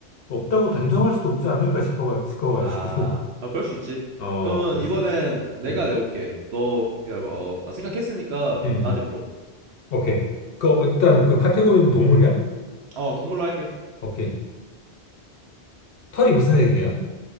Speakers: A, on the left; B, on the right.
A: 없다고 단정할 수도 없지 않을까 싶어가, 싶어가지고.
B: 아, 아, 그럴 수 있지.
A: <laughs> 어,
B: 그러면
A: 그랬었지.
B: 이번엔 내가
A: 음,
B: 내볼게. 너 기다려봐. 어, 나 생각했으니까
A: 음,
B: 나한테
A: 음.
B: 물어봐.
A: 오케이. 그, 일단 그 카테고리는 동물이야?
B: 어, 동물로 할게.
A: 오케이. 털이 무슨
B: 음.
A: 색이야?